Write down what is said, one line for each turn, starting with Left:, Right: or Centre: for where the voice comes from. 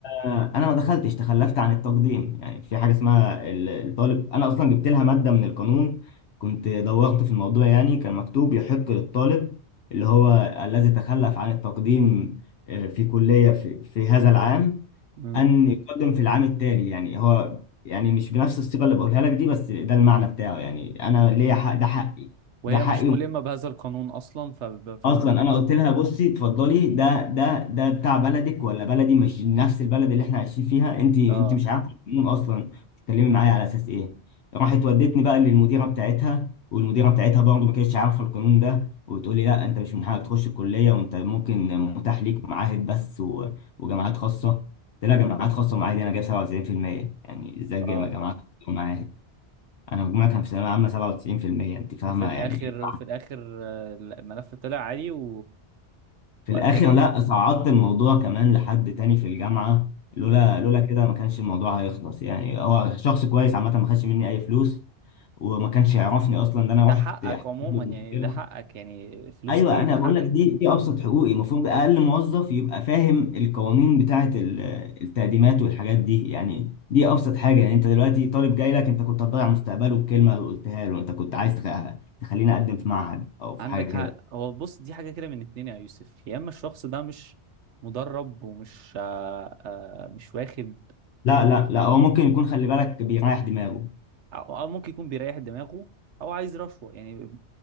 Left: آه، انا ما دخلتش تخلفت عن التقديم يعني في حاجه اسمها ال- الطالب انا اصلا جبت لها ماده من القانون كنت دورت في الموضوع يعني كان مكتوب يحق للطالب اللي هو الذي تخلف عن التقديم آه، في كليه في, في هذا العام
Right: امم
Left: ان يقدم في العام التالي يعني هو يعني مش بنفس الصيغه اللي بقولها لك دي بس ده المعنى بتاعه يعني انا ليا حق ده حقي
Right: وهي
Left: ده حقي
Right: مش ملمة بهذا القانون اصلا ف ف ف-
Left: اصلا انا قلت لها بصي اتفضلي ده ده ده بتاع بلدك ولا بلدي مش نفس البلد اللي احنا عايشين فيها انت انت
Right: اه
Left: مش عارفه القانون اصلا بتتكلمي معايا على اساس ايه راحت ودتني بقى للمديره بتاعتها والمديره بتاعتها برضه ما كانتش عارفه القانون ده وبتقولي لا انت مش من حقك تخش الكليه وانت ممكن متاح ليك معاهد بس و... وجامعات خاصه قلت لها جامعات خاصه ومعاهد إيه؟ انا جايب 97% يعني ازاي
Right: اه
Left: جايب جامعات خاصة ومعاهد انا مجموعي كان في ثانويه عامه 97% انت فاهمه
Right: وفي الاخر
Left: يعني
Right: وفي الاخر آه، الملف طلع عادي و...
Left: في
Right: وقدمت
Left: الاخر لا صعدت الموضوع كمان لحد تاني في الجامعه لولا
Right: مم.
Left: لولا كده ما كانش الموضوع هيخلص يعني هو شخص كويس عامه ما خدش مني اي فلوس وما كانش يعرفني اصلا ده انا
Right: ده
Left: رحت
Right: حقك
Left: حكيت
Right: عموما
Left: له المشكله
Right: يعني ده حقك يعني فلوس
Left: ايوه
Right: ايه
Left: انا
Right: ده حقك
Left: بقول لك دي دي ابسط حقوقي المفروض اقل موظف يبقى فاهم القوانين بتاعه ال- التقديمات والحاجات دي يعني دي ابسط حاجه يعني انت دلوقتي طالب جاي لك انت كنت هتضيع مستقبله بكلمه قلتها له انت كنت عايز تخ- تخليني اقدم في معهد او في
Right: عندك
Left: حاجه
Right: حق
Left: كده
Right: هو بص دي حاجة كده من اتنين يا يوسف يا اما الشخص ده مش مدرب ومش آه آه مش واخد
Left: لا
Right: تدريب
Left: لا لا هو ممكن يكون خلي بالك بيريح دماغه
Right: او أو ممكن يكون بيريح دماغه او عايز رشوه يعني